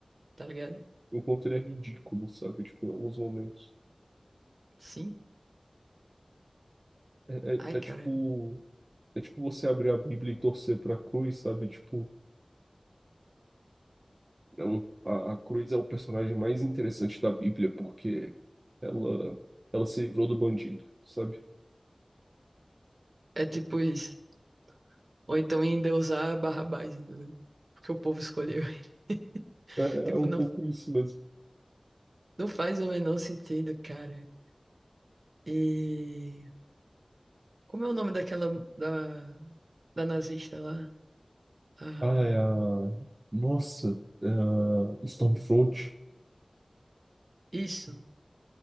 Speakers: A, on the right; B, on the right.
A: tá ligado?
B: O quanto ele é ridículo, sabe? Tipo, em alguns momentos.
A: Sim.
B: É, é,
A: Ai,
B: é
A: cara,
B: tipo. É tipo você abrir a Bíblia e torcer pra cruz, sabe? Tipo, é um, a, a cruz é o personagem mais interessante da Bíblia, porque ela, ela se livrou do bandido, sabe?
A: é tipo isso. Ou então endeusar Barrabás, entendeu? Porque o povo escolheu ele. <laughs>
B: É, é
A: Tipo,
B: é um
A: não,
B: pouco isso mesmo.
A: não faz o menor sentido, cara. E como é o nome daquela da, da nazista lá? Ah,
B: Ah, é a... Nossa, é a Stormfront.
A: isso.